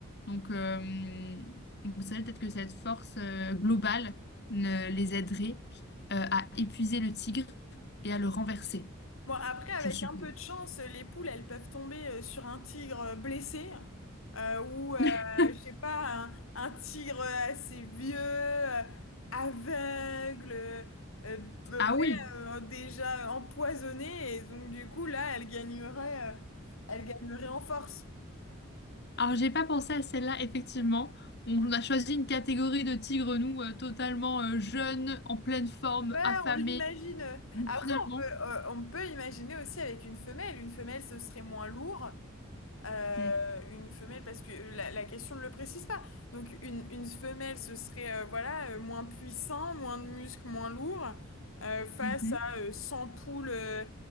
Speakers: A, on the left; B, on the left.
A: Donc, euh, donc c'est vrai peut-être que cette force euh, globale ne les aiderait euh, à épuiser le tigre et à le renverser.
B: Bon, après, avec
A: je suppose.
B: un peu de chance, les poules, elles peuvent tomber euh, sur un tigre euh, blessé euh, ou, euh,
A: <laughs>
B: je sais pas, un, un tigre euh, assez vieux, euh, aveugle, euh, euh,
A: Ah
B: ouais,
A: oui.
B: euh, déjà empoisonné. Et donc, du coup, là, elle gagnerait, euh, elle gagnerait en force.
A: Alors j'ai pas pensé à celle-là, effectivement. On a choisi une catégorie de tigres, nous, euh, totalement euh, jeunes, en pleine forme,
B: Ouais,
A: affamés.
B: on l'imagine.
A: Mais
B: Après,
A: finalement,
B: on peut, euh, on peut imaginer aussi avec une femelle. Une femelle, ce serait moins lourd. Euh,
A: mm,
B: une femelle, parce que la, la question ne le précise pas. Donc une, une femelle, ce serait euh, voilà, euh, moins puissant, moins de muscles, moins lourd, euh, face
A: mhm,
B: à euh, 100 poules, euh,